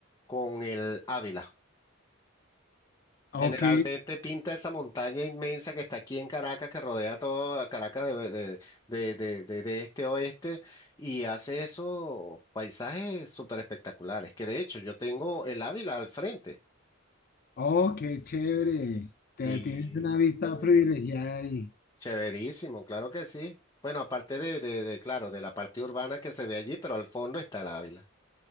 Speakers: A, on the left (about 20°); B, on the left (about 45°).
A: con el Ávila.
B: Ok,
A: Generalmente pinta esa montaña inmensa que está aquí en Caracas, que rodea toda Caracas de, de- de- de- de- de este a oeste, y hace esos paisajes súper espectaculares, que de hecho yo tengo el Ávila al frente.
B: oh, chévere.
A: Sí,
B: Te tienes una
A: sí,
B: vista
A: señor.
B: privilegiada ahí.
A: Chéverísimo, claro que sí. Bueno, aparte de, de, de, claro, de la parte urbana que se ve allí, pero al fondo está el Ávila.